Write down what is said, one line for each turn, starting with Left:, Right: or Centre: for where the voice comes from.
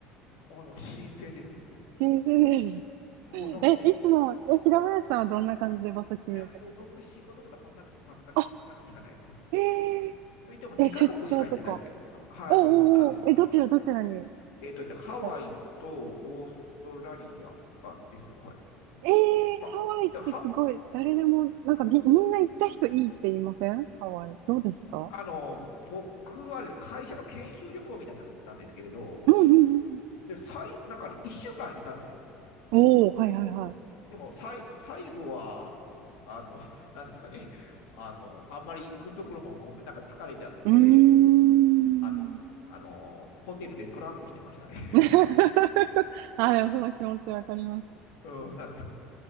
Left: あの、新鮮です。
Right: 新鮮です。
Left: うん、
Right: <laughs>
Left: なんか、
Right: え、いつも、え、平林さんはどんな感じで場所決めてます
Left: いや、もう僕、仕事とかそんなばっかり、
Right: あ、
Left: そんなのしかないです。
Right: へえ
Left: うん。と言っても、2カ国しか行ってないですけど、
Right: ー、え、出張とか。
Left: あはい、
Right: おうおうおう、
Left: もうそんなんで。はい
Right: え、どちらどちらに
Left: えっとですね、ハワイとオーストラリアあです。
Right: はい
Left: はい。
Right: えー、
Left: まあ、
Right: ハワイってすごい、
Left: では、
Right: 誰でも、なんかみ、みんな行った人いいって言いませんハワイ。どうでした
Left: うんあの、僕はね会社の研修旅行みたいなの行ったんですけれど、
Right: うんうんうん
Left: で、最、なんかね、1週間いたんですよ。
Right: うん。おお、はいはいはい。
Left: うん。でも、最、最後は、あの、<laughs> なんですかね、あの、あんまり行くところも、もうなんか疲れちゃって、
Right: うーん。
Left: あの、あの、ホテルでトランプしてましたね。<laughs>
Right: <laughs> あ、でもその気持ちわかります。
Left: うん、<laughs> だつ